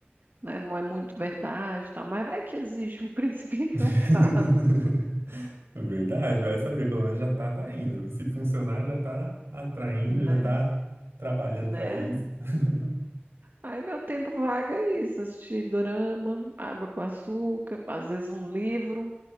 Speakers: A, on the right; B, on the right.
A: né? Não é muito verdade, tá? Mas vai que existe um príncipe <laughs> encantado,
B: <laughs> Verdade, vai saber, pelo menos já tá atraindo. Se funcionar, já tá atraindo,
A: né?
B: já tá trabalhando
A: Né?
B: para isso. <laughs>
A: Aí meu tempo vago é isso, assistir dorama, água com açúcar, às vezes um livro.